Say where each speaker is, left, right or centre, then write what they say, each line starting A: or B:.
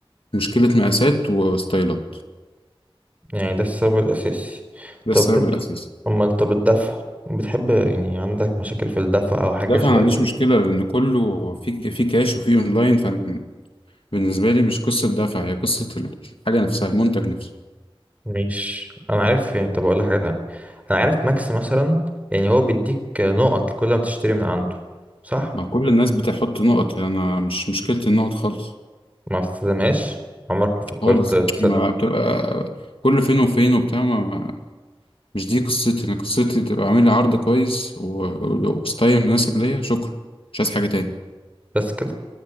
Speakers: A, on the left; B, on the right.
A: مشكلة مقاسات وستايلات
B: يعني ده السبب الأساسي
A: ده
B: طب
A: السبب
B: بت-
A: الأساسي
B: أمال طب الدفع بتحب يعني عندك مشاكل في الدفع أو حاجة
A: لا فأنا
B: شبه
A: ما عنديش
B: كده
A: مشكلة لأن كله في في كاش وفي أونلاين فأنا بالنسبة لي مش قصة دفع هي قصة الحاجة نفسها المنتج نفسه
B: مش أنا عارف يعني طب أقول لك حاجة تانية أنا عارف ماكس مثلا يعني هو بيديك نقط كل ما تشتري من عنده صح؟
A: ما كل الناس بتحط نقط أنا مش مشكلتي النقط خالص
B: ما بتستخدمهاش عمرك ما فكرت
A: خالص
B: تستخدم
A: ما بتبقى كل فين وفين وبتاع ما مش دي قصتي انا قصتي تبقى عامل لي عرض كويس و- و- وستايل مناسب ليا شكرا مش عايز حاجه تاني
B: بس كده